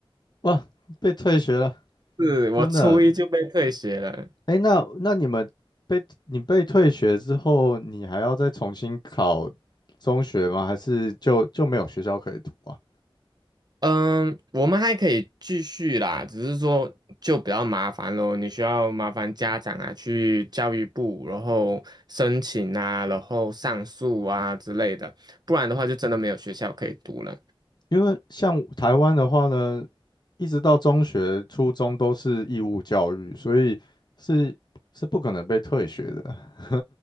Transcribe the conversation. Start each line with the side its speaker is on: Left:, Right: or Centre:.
Left: 哇，被退学了，
Right: <laughs> 是我初一就被退学了。
Left: 真的。哎，那那你们被你被退学之后，你还要再重新考中学吗？还是就就没有学校可以读啊？
Right: 嗯，我们还可以继续啦，只是说就比较麻烦咯，你需要麻烦家长啊，去教育部，然后申请啊，然后上诉啊之类的，不然的话就真的没有学校可以读了。
Left: 因为像台湾的话呢，一直到中学、初中都是义务教育，所以是是不可能被退学的。<laughs>